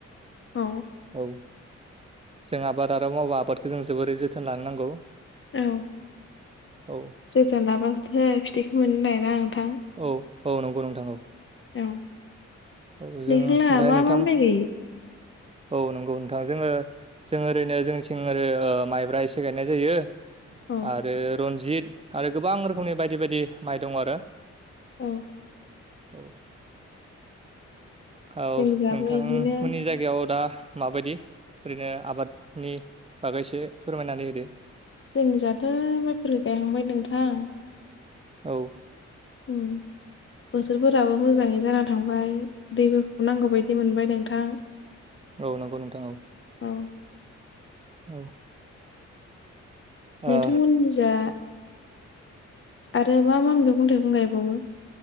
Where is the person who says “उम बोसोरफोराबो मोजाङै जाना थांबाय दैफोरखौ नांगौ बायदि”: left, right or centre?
Left